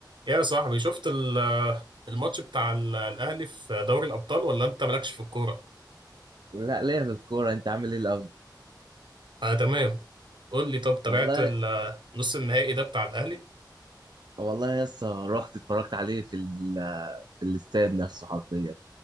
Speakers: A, on the right (about 85°); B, on the right (about 65°).
A: يا صاحبي شفت ال- الماتش بتاع ال- الأهلي في دوري الأبطال ولا أنت مالكش في الكورة؟
B: لا ليا في الكورة انت عامل ايه الاول
A: أنا تمام قول لي طب تابعت
B: والله
A: ال- نص النهائي ده بتاع الأهلي؟
B: والله يا اسطى رحت اتفرجت عليه في ال في الاستاد نفسه حرفيا